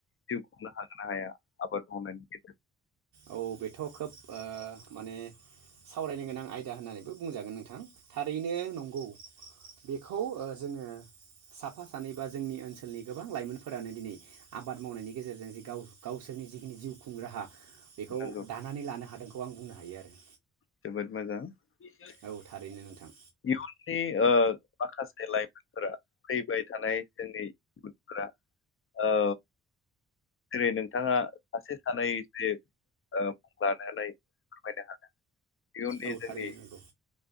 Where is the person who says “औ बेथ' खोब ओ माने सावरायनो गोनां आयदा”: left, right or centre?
Right